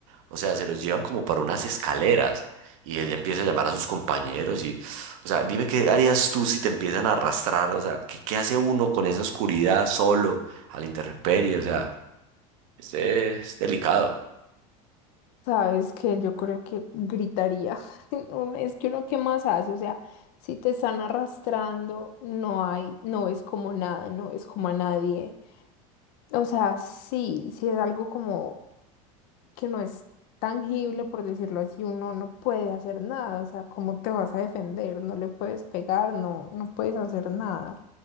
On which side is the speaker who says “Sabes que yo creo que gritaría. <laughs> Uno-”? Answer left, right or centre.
Left